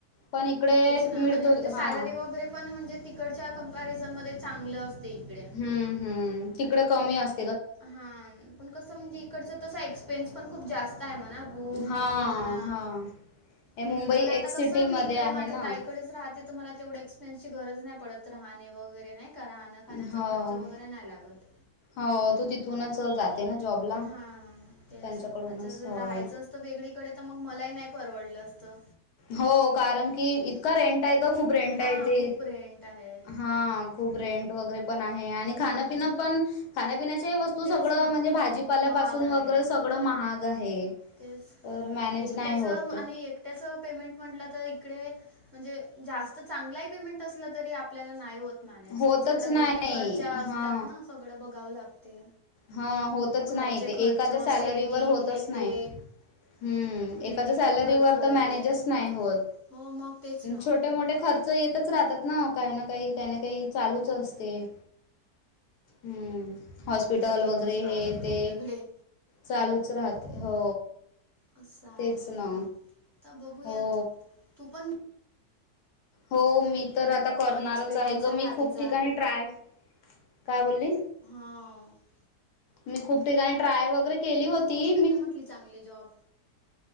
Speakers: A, on the left (about 80°); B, on the right (about 15°).
A: पण इकडे
B: तेच
A: मिळतो
B: ना आणि म्हणजे सॅलरी
A: हा
B: वगैरे पण म्हणजे तिकडच्या कंम्पॅरिझन मध्ये चांगलं असते. इकडे
A: हंम हंम तिकड कमी असतं.
B: हा पण कसं म्हणजे इकडचा तसं एक्सपेन्स पण खूप जास्ताय म्हणा रुम
A: हा
B: हे ते म्हणा
A: हा हे
B: हं
A: मुंबई
B: पण आता
A: एक सिटीमध्ये
B: कस मी इकडे
A: आहे
B: माझ्या
A: ना
B: ताईकडेच राहते. मला तेवढं एक्स्पिन्स गरज नाय पडत राहणे वगैरे नाइ का राहणं खाण्याचा
A: हो
B: खर्च वगैरे नाय लागत.
A: हो तू तिथूनच जाते. तेना जॉबला
B: हा तेच
A: त्यांच्याकडूनच
B: आता जर
A: हो
B: राहायचं असतं. वेगळीकडे तर मग मलाई नाई परवडलं असतं.
A: हो कारण की इतका रेंटाय ग खूप रेंटाय
B: हां,
A: इथे
B: खूप रेंट आहे.
A: हा खूप रेंट वगैरे पण आहे आणि
B: हं,
A: खाणंपिणं पण खाण्यापिण्याच्या वस्तू
B: तेच
A: सगळं
B: ना,
A: म्हणजे भाजीपाल्यापासून
B: खूप महाग
A: वगैरे
B: आहे.
A: सगळं महाग आहे.
B: तेच
A: तर मॅनेज
B: एकट्याचं
A: नाही होत
B: म
A: ते
B: आणि एकट्याचं पेमेंट म्हटलं तर इकडे म्हणजे जास्त चांगलाही पेमेंट असलं तरी आपल्याला नाई होत.
A: होतच
B: <inaudible> सगळ्या
A: नाही
B: गोष्टी घरच्या असतात.
A: हा
B: सगळं बघावं लागते
A: हा होतच
B: घरचे
A: नाही ते
B: खर्च
A: एकाच्या सॅलरीवर
B: सेव्हिंग
A: होतच
B: हे
A: नाही
B: ते
A: हम्म
B: मेडिकल
A: एकाच्या सॅलरीवर
B: खर्च वेगळे
A: तर मॅनेज नाय होत
B: हो मग तेच ना
A: छोटे मोठे खर्च येतच राहतात ना काइ ना काइ काइ ना काइ चालूच असतेय हम्म हॉस्पिटल
B: खर्च येतच
A: वगैरे
B: राहतात
A: हे
B: वेगवेगळे
A: ते चालूच राहते हो
B: असं
A: तेच
B: आहे
A: ना
B: तर बगुयात
A: हो
B: तू पण
A: हो मी तर आता करणारच
B: पण एक्सपिरियन्स
A: आहे ग मी
B: आधीचा
A: खूप ठिकाणी ट्राय काय बोलली
B: हा
A: मी खूप ठिकाणी ट्राय वगैरे केली होती मी
B: ली चांगली जॉब